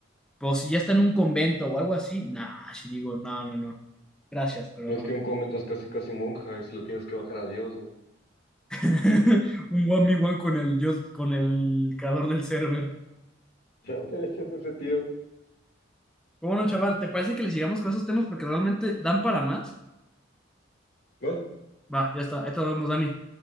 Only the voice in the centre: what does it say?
Pero si ya está en un convento o algo así, nah, sí digo, no, no, no, gracias, pero
no.
<laughs> Un 1v1 con el dios, con el creador del server.
Bueno, chaval, ¿te parece que le sigamos con esos temas porque realmente dan para más?
Va, ya está. Ahí te vemos, Dani.